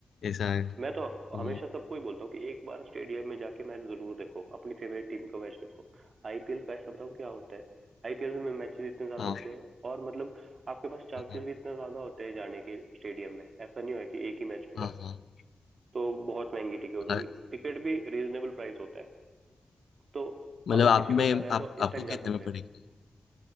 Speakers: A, on the left; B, on the right.
A: ऐसा है
B: मैं तो
A: हम्म।
B: हमेशा सबको ही बोलता हूँ कि एक बार स्टेडियम में जाके मैच जरूर देखो अपनी फेवरेट टीम का मैच देखो आईपीएल का ऐसा बताऊँ क्या होता है आईपीएल में मैचेस इतने ज्यादा
A: हाँ
B: होते हैं और मतलब आपके पास चांसेस
A: हाँ
B: भी इतने ज्यादा होते हैं जाने के स्टेडियम में ऐसा नहीं हो कि एक ही मैच हो रहा
A: हाँ
B: है
A: हाँ हाँ।
B: तो बहुत महंगी टिकट होगी
A: अ-
B: टिकट भी रीजनेबल प्राइस होता है तो
A: मतलब
B: अगर
A: आप
B: किसी
A: में
B: को जाना है
A: आप
B: तो
A: आपको
B: इस टाइम जा
A: कितने
B: सकते
A: में पड़ेगी
B: हैं